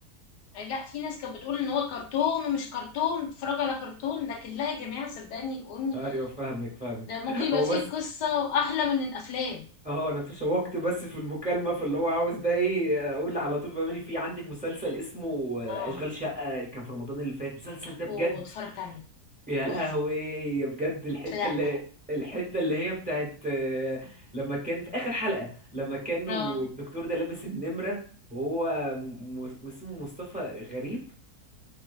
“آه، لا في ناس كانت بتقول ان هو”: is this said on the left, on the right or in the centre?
Left